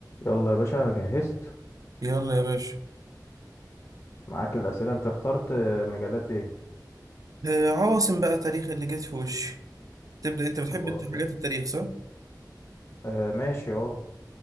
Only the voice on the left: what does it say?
يلا يا باشا جهزت
معاك الأسئلة أنت اخترت آه، مجالات إيه؟
جغرافيا
آه ماشي أه